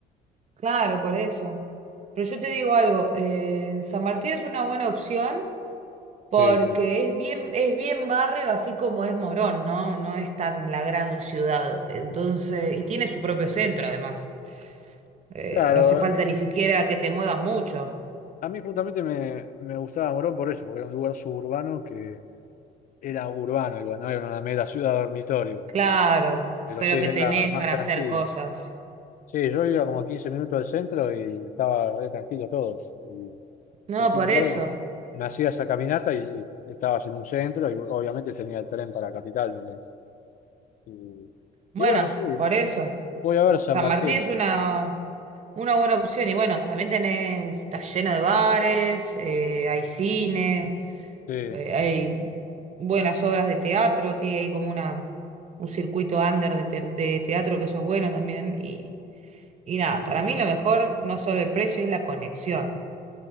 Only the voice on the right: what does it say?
Claro, por eso. Pero yo te digo algo, eh, San Martín es una buena opción porque
es bien, es bien barrio, así como es Morón, ¿no? No es tan la gran ciudad. Entonces, y tiene su propio centro, además. Eh,
no hace falta ni siquiera que te muevas mucho.
Claro,
pero
que tenés
para
hacer cosas.
No,
por
eso.
Bueno,
por eso.
San
Martín es una, una buena opción. Y bueno, también tenés, está lleno de bares, eh, hay cine.
eh, hay buenas obras de teatro, tiene ahí como una, un circuito under de, te- de teatro que eso es bueno también. Y, y nada, para mí lo mejor no solo el precio, es la conexión.